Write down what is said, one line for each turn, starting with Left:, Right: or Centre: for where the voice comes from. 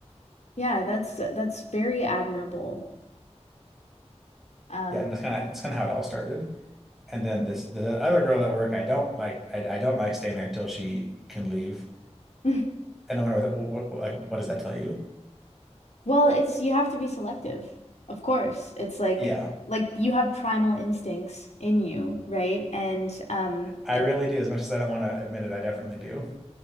Left: Yeah, that's that's very admirable. Um,
Centre: yeah, and that's kind of it's kind of how it all started. And then this the other girl at work, I don't like I, I don't like staying there until she can leave.
Left: <laughs>
Centre: And I wonder what, what, what like what does that tell you?
Left: well, it's you have to be selective, of course. It's like
Centre: Yeah,
Left: like you have primal instincts in you, right? And um,
Centre: I
Left: it,
Centre: really do. As much as I don't want to admit it, I definitely do.